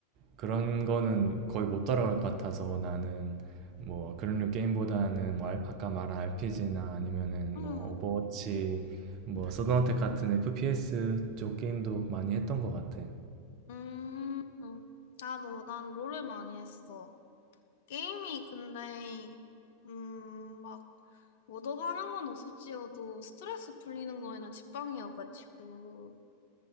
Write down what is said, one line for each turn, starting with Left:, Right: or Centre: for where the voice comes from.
Right: 그런 거는 거의 못 따라갈 것 같아서 나는 뭐 그런 류 게임보다는 뭐 알- 아까 말한 RPG나 아니면은
Left: 응,
Right: 뭐 오버워치 뭐 서든어택 같은 FPS 쪽 게임도 많이 했던 것 같아.
Left: 음, 나도, 난 롤을 많이 했어. 게임이 근데, 음, 막, 얻어가는 건 없을지어도 스트레스 풀리는 거에는 직방이어가지고.